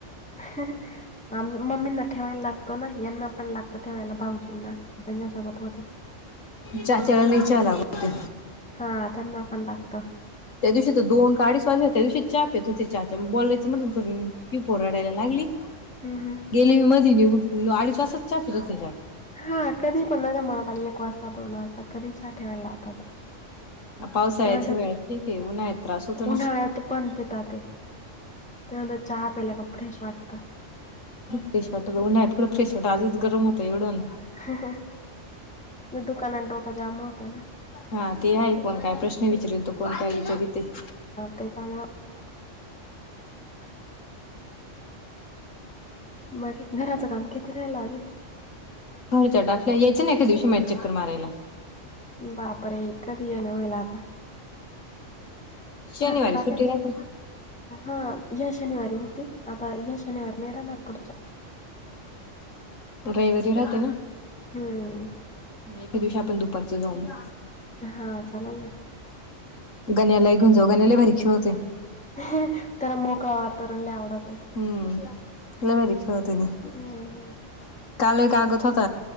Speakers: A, in the centre; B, on the left.
A: हं मम्मींना ठेवायला लागतो ना यांना पण लागतो ठेवायला भाऊजींना त्यांच्यासोबत होतोच.
B: चाचे वेळेला चहा लागूते.
A: हा त्याना पण लागतो.
B: त्या दिवशी तर दोन का आडिच वाजले. त्या दिवशी चहा पेत होती चा. बोलायचं म्हटलं पी पोर रडायला लागली.
A: हम्म हम्म.
B: गेले मी मध्ये निघून. अडीच तासच चहा पित होती.
A: हा कधी पन‌ मनात आली. एक वाजता दोन वाजता कधी चहा ठेवायला लावतात.
B: पावसाळ्यात
A: तेव्हा
B: हिवाळ्यात
A: तर
B: ठीक आहे उन्हाळ्यात त्रास होतो ना
A: उन्हाळ्यात पण पिताते. ते म्हणतात चहा पेल्या का फ्रेश वाटत.
B: फ्रेश वाटत उन्हाळ्यात कुठं, फ्रेश वाट आधीच गरम होतं एवढं.
A: हं हं. दुकानात डोका जाम होता ना.
B: हा ते आहे कोण काय प्रश्न विचारेल, तो कोण काय विचार ते.
A: तेच्यामुळे. बाकी घराचं काम किती, राहिलं अजून
B: फरशा डाकल्या यायचं ना, ऐकी दिवशी मॅट चक्कर मारायला.
A: बापरे कधी येन होईल आता.
B: शनिवारी
A: फरशा टाकायचं.
B: सुट्टी राहते
A: हा.. या शनिवारी होती. आता या शनिवार नाही राणार पुढच्या.
B: रविवारी राहते ना.
A: हम्म.
B: ऐके दिवशी आपण दुपारचं, जाऊ मग
A: हां चालल ना.
B: गण्याला ही घेऊन जावू, गण्या लै भारी खेळतो.
A: त्याला मोकळा वातावरण लै आवडतय.
B: हम हम लय भारी खेळतो ते
A: हं, हं.
B: काल एक <unintelligible> होत.